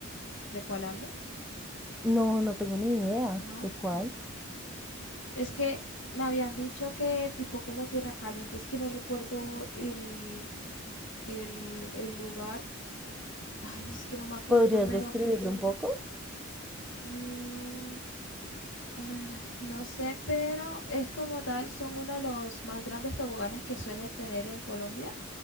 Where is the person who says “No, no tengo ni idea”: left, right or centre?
Centre